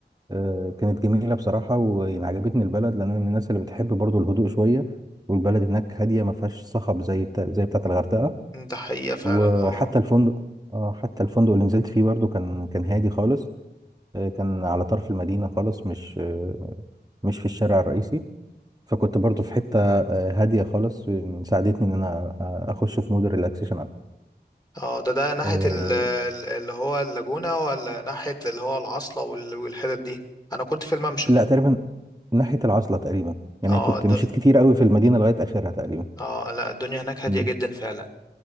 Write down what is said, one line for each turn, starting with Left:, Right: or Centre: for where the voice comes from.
Right: آه كانت جميلة بصراحة ويعني عجبتني البلد لأن أنا من الناس اللي بتحب برضو الهدوء شوية والبلد هناك هادية ما فيهاش صخب زي بتا... زي بتاعة الغردقة
Left: ده حقيقه فعلا
Right: وحتى
Left: اه
Right: الفندق اه حتى الفندق اللي نزلت فيه برضو كان كان هادي خالص آه، كان على طرف المدينة خالص مش آه، مش في الشارع الرئيسي فكنت برضو في حتة آه، هادية خالص آه، ساعدتني إن أنا آه، أخش في مود الريلاكسيشن أكتر
Left: اه ده ده ناحية
Right: آه،
Left: ال- ال- اللي هو اللاجونة ولا ناحية اللي هو العاصلة وال- والحتت دي انا كنت في الممشى
Right: لا تقريبا ناحية العزلة تقريبا يعني
Left: اه
Right: كنت
Left: د...
Right: مشيت كتير قوي في المدينة لغاية آخرها تقريبا
Left: اه لا الدنيا هناك هادية
Right: مم.
Left: جدا فعلا